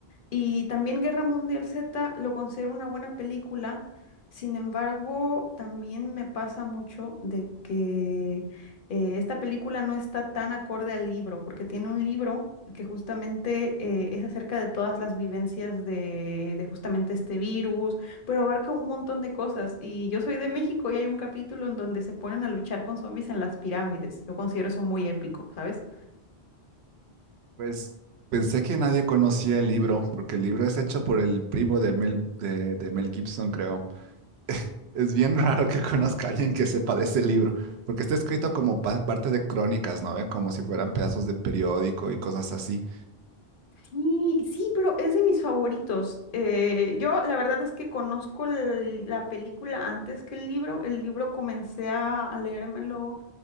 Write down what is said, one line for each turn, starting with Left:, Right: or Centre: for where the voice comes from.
Left: Y también Guerra Mundial Z lo considero una buena película. Sin embargo, también me pasa mucho de que eh, esta película no está tan acorde al libro, porque tiene un libro que justamente eh, es acerca de todas las vivencias de, de justamente este virus, pero abarca un montón de cosas. Y yo soy de México y hay un capítulo en donde se ponen a luchar con zombies en las pirámides. Yo considero eso muy épico, ¿sabes?
Right: Pues pensé que nadie conocía el libro, porque el libro es hecho por el primo de Mel, de, de Mel Gibson, creo. Es bien <laughs> raro que conozca a alguien que sepa de ese libro, porque está escrito como pa- parte de crónicas, ¿no ve? Como si fueran pedazos de periódico y cosas así.
Left: Y sí, pero es de mis favoritos. Eh, yo la verdad es que conozco el- la película antes que el libro. El libro comencé a, a leérmelo